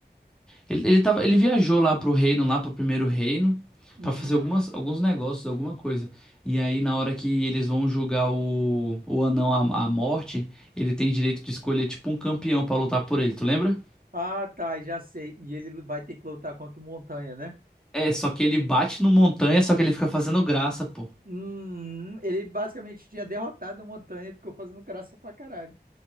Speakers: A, in the centre; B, on the right.
A: Ele, ele tava, ele viajou lá pro reino, lá pro primeiro reino,
B: uhum.
A: pra fazer algumas, alguns negócios, alguma coisa. E aí, na hora que eles vão julgar o, o anão à, à morte, ele tem direito de escolher, tipo, um campeão pra lutar por ele, tu lembra?
B: Ah, tá, já sei. E ele vai ter que lutar contra o Montanha, né?
A: É, só que
B: Bem-
A: ele bate no Montanha, só que ele fica fazendo graça, pô.
B: Uhum. Ele basicamente tinha derrotado o Montanha e ficou fazendo graça pra caralho.